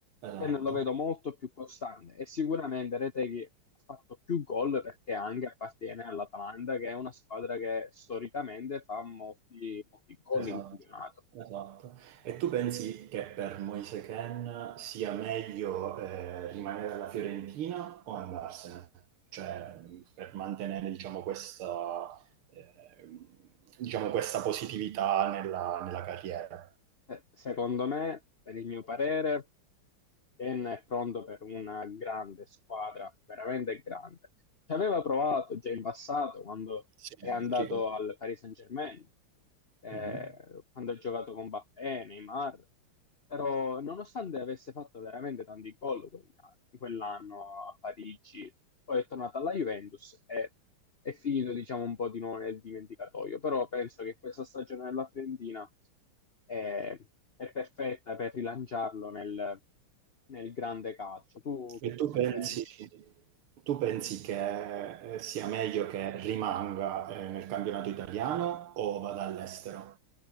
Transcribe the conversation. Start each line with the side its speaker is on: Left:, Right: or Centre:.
Right: Esatto,
Left: Ken lo vedo molto più costante e sicuramente Reteghi ha fatto più gol perché anche appartiene all'Atalanta, che è una squadra che storicamente fa molti, molti gol
Right: esatto,
Left: in campionato.
Right: esatto. E tu pensi che per Moise Kean sia meglio, ehm, rimanere alla Fiorentina o andarsene? Cioè, mhmm, per mantenere diciamo questa ehm, diciamo questa positività nella nella carriera.
Left: Eh, Secondo me, per il mio parere, Ken è pronto per una grande squadra, veramente grande. Ci aveva provato già in passato quando
Right: Sì,
Left: è andato
Right: ricordo.
Left: al Paris Saint-Germain, eh,
Right: Mh-mh.
Left: quando ha giocato con Mbappé, Neymar, però nonostante avesse fatto veramente tanti gol quegli anni- quell'anno a Parigi, poi è tornato alla Juventus e è finito diciamo un po' di nuovo nel dimenticatoio, però penso che questa stagione della Fiorentina è, è perfetta per rilanciarlo nel nel grande calcio. Tu che
Right: E
Left: cosa
Right: tu pensi
Left: ne pensi?
Right: tu pensi che, ehm, sia meglio che rimanga, ehm, nel campionato italiano o vada all'estero?